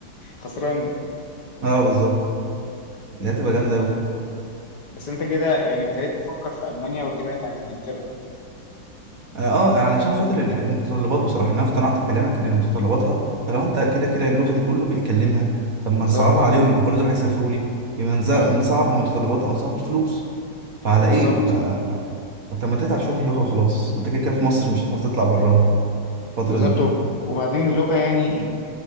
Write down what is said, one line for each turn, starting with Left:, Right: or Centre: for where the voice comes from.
Left: خسران ده
Right: اه بالظبط دي هتبقى جامده قوي
Left: بس انت كده يعني ابتديت تفكر في المانيا وتبعد عن انجلترا
Right: انا اه علشان خاطر ال- المتطلبات بصراحه انا اقتنعت بكلامك ان متطلباتها طالما انت كده كده اللغه دي كله بيتكلمها طب ما
Left: بالظبط
Right: نصعبها عليهم هم كل دول هيسافروا لي يبقى نز-
Left: اه
Right: نصعب المتطلبات او نصعب الفلوس فعلى
Left: بالظبط
Right: ايه ف ما- طب ما تتعب شويه في اللغه وخلاص انت كده كده في مصر مش هتعرف تطلع براها الفتره
Left: بالظبط
Right: دي
Left: وب- وبعدين اللغه يعني